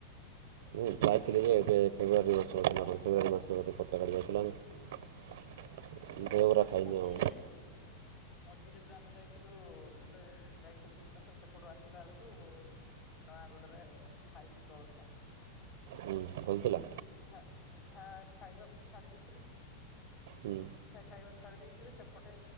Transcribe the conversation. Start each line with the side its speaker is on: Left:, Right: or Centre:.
Right: ମୁଁ ଯାଇଥିଲି ଯେ ଏବେ ଫେବୃୟାରୀ ମାସ ନା କଣ ଫେବୃୟାରୀ ମାସରେ ବୋଧେ କଟାଗାଡି ଯାଉଥିଲା ଆମେ।
Left: ମୁଁ
Right: ଦହି ବରା ଖାଇ
Left: ମଝିରେ
Right: ନିି ଆମେ‌।
Left: ମଝିରେ ଯୋଉ ଆମେ ଯାଇଥିଲୁ ଏବେ ଯାଇଥିଲୁ ଭୁବନେଶ୍ଵର ସେପଟୁ ଆସିଲା ବେଳକୁ ନୟାଗଡରେ ଖାଇଲୁ ଜଳଖିଆ।
Right: ହୁଁ ହେଇଥିଲା?
Left: ମିଠା ମିଠା ଖାଇବା ମୁଁ ଛାଡି ଦେଇଥିଲି।
Right: ହୁଁ।
Left: ମିଠା ଖାଇଆ ଛାଡି ଦେଇଥିଲି ସେପଟେ